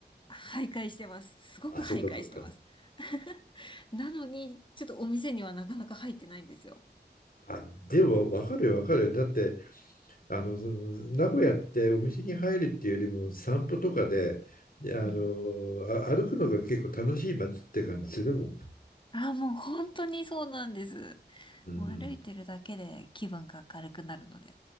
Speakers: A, on the left; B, on the left.
A: 徘徊してます。すごく徘徊してます。
B: あ、そうかそうか。
A: <laughs> なのに、ちょっとお店にはなかなか入ってないんですよ。
B: あ、でも分かるよ分かるよ。だって、あの、その名古屋ってお店に入るっていうよりも散歩とかで、いやあの、
A: うん。
B: あ、歩くのが結構楽しい街って感じするもん。
A: ああ、もう本当にそうなんです。
B: うんうん
A: もう歩いてるだけで気分が明るくなるので。